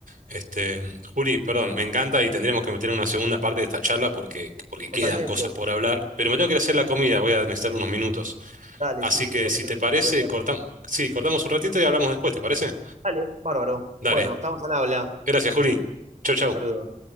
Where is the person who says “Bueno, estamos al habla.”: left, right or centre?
Right